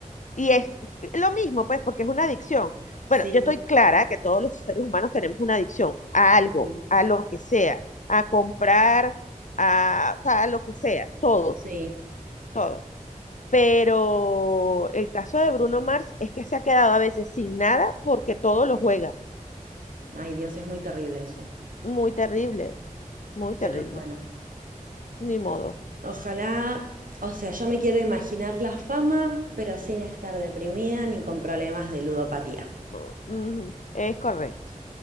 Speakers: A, on the left; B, on the right.
A: Y es lo mismo, pues, porque es una adicción.
B: Sí,
A: Bueno, yo estoy clara que todos los seres humanos tenemos una adicción a algo,
B: mm,
A: a lo que sea, a comprar, a, o sea, a lo que sea, todo,
B: sí.
A: todo. Pero el caso de Bruno Mars es que se ha quedado a veces sin nada porque todo lo juega.
B: Ay, Dios, es muy terrible eso.
A: Muy terrible, muy terrible.
B: Pero bueno.
A: Ni modo.
B: Ojalá, o sea, yo me quiero imaginar la fama, pero sin estar deprimida ni con problemas de ludopatía.
A: Bueno, ujú, Es correcto.